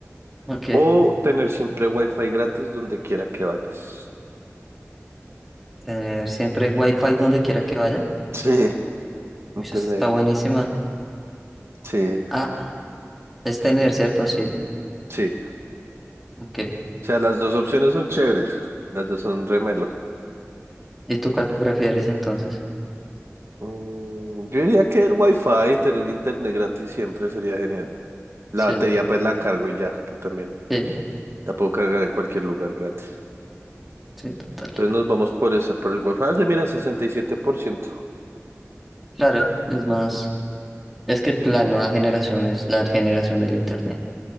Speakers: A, in the centre; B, on the right (about 60°).
A: Ok.
B: O tener siempre wifi gratis donde quiera que vayas.
A: Tener siempre wifi donde quiera que vaya.
B: Sí, Internet.
A: Uy, esta está buenísima.
B: gra- sí.
A: Ah, es tener, ¿cierto? Sí.
B: Sí.
A: Ok.
B: O sea, las dos opciones son chéveres. Las dos son remelo.
A: ¿Y tú cuál prefieres entonces?
B: Mm, yo diría que el wifi y tener internet gratis siempre sería genial. La
A: Sí,
B: batería pues la cargo y ya, que también
A: sí,
B: la puedo cargar en cualquier lugar gratis.
A: sí, total.
B: Entonces nos vamos por esa, por el wifi. Se mira 67%.
A: Claro, es más.
B: Mm,
A: Es que la nueva generación es la generación del internet.